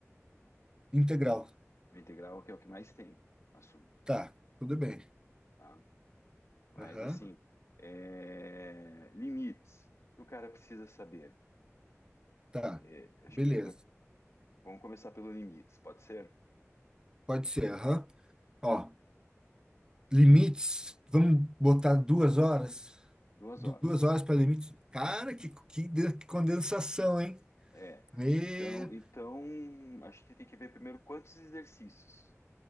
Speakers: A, on the right; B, on the left.
A: Integral.
B: Integral que é o que mais tem assunto,
A: Tá, tudo bem.
B: tá? Mas
A: Aham.
B: assim, é, limites. O que o cara precisa saber?
A: Tá,
B: É, acho
A: beleza.
B: que vamos começar pelo limites. Pode ser
A: Pode ser, aham. Ó, limites, vamos botar duas horas.
B: duas
A: Du-
B: horas.
A: Duas horas para limites. Cara, que, que, de- que condensação, hein?
B: É.
A: E...
B: Então, então a gente tem que ver primeiro quantos exercícios